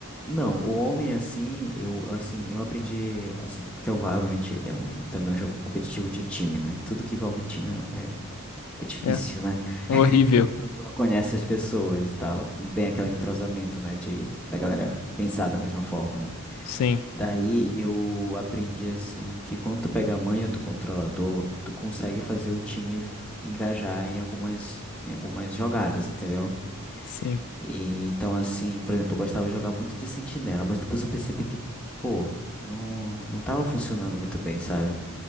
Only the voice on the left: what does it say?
É.
Horrível.
Sim,
sim.